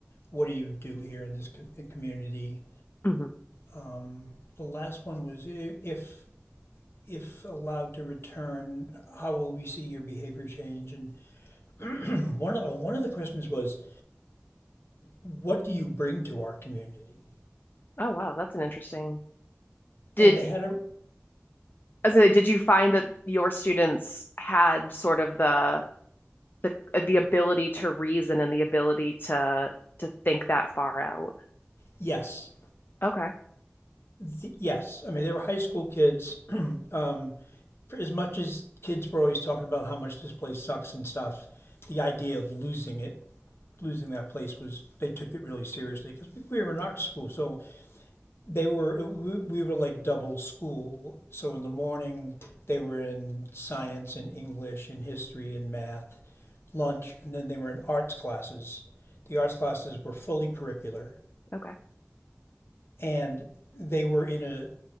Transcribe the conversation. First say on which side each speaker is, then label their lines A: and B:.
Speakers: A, on the left; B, on the left.
A: "What do you do here in this co- community?"
B: hmm
A: Um, the last one was if if allowed to return, how will we see your behavior change? And one of, one of the questions was, what do you bring to our community?
B: Oh, wow, that's an interesting. Did
A: And they had a
B: as in, did you find that your students had sort of the the the ability to reason and the ability to to think that far out.
A: yes,
B: Okay.
A: Th- yes. I mean, they were high school kids. <clears throat> um, for as much as kids were always talking about how much this place sucks and stuff, the idea of losing it, losing that place was they took it really seriously because we, we were an art school, so they were we we were like double school so in the morning they were in science and english and history and math lunch and then they were in arts classes the arts classes were fully curricular
B: Okay.
A: and they were in a